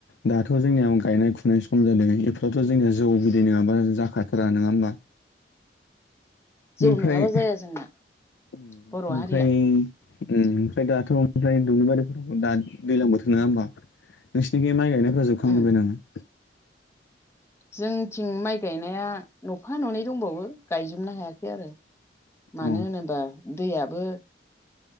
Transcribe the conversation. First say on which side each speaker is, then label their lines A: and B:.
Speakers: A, on the left; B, on the left.
A: दाथ' जोंनिया गायनाय फुनाय सम जादों बेफोरावथ' जोंनिया जौ बिदै नङाबा जाखा थारा नङा होमबा
B: जौ
A: ओमफ्राय
B: नङाबा जाया जोंना
A: ओमफ्राय
B: बर' हारिया
A: ओम ओमफ्राय दाथ' ओमफ्राय दुब्लि बारिफोराव दा दैज्लां बोथोर नङा होमबा नोंसिनिखै माइ गायनायफ्रा जोबखां
B: उम
A: जोब्बाय नामा
B: जोंथिं माइ गायनाया न'फा न'नै दंबावो गायजोबनो हायाखै आरो मानो
A: अ
B: होनोबा दैयाबो